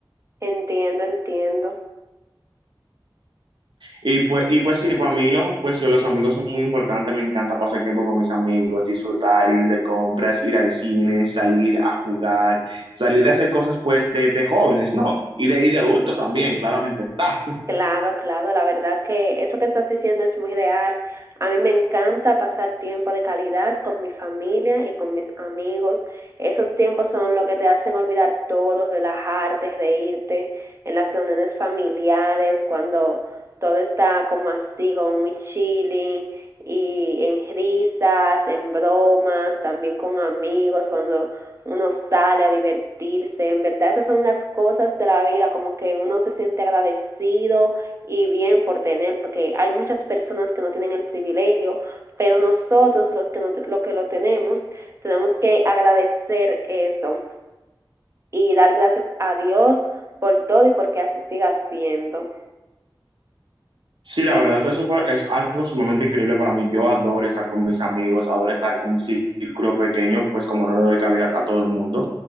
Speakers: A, on the right; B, on the right.
A: Entiendo, entiendo.
B: Y pues, y pues sí, para mí los, pues, los amigos son muy importantes, me encanta pasar tiempo con mis amigos, disfrutar, ir de compras, ir al cine, salir a jugar, salir a hacer cosas pues de, de jóvenes, ¿no? Y de, y
A: Claro.
B: de adultos también, claramente está.
A: Claro, claro, la verdad que eso que estás diciendo es muy real. A mí me encanta pasar tiempo de calidad con mi familia y con mis amigos. Esos tiempos son lo que te hacen olvidar todo, relajarte, reírte en las reuniones familiares, cuando todo está como así, como muy chilly, y en risas, en bromas, también con amigos, cuando uno sale a divertirse, en verdad esas son las cosas de la vida, como que uno se siente agradecido y bien por tener, porque hay muchas personas que no tienen el privilegio, pero nosotros los que, no, lo que lo tenemos, tenemos que agradecer eso y dar gracias a Dios por todo y porque así siga siendo.
B: Sí, la verdad es, súper- es algo sumamente increíble para mí. Yo adoro estar con mis amigos, adoro estar con mi círculo pequeño, pues como no le doy cabida a todo el mundo.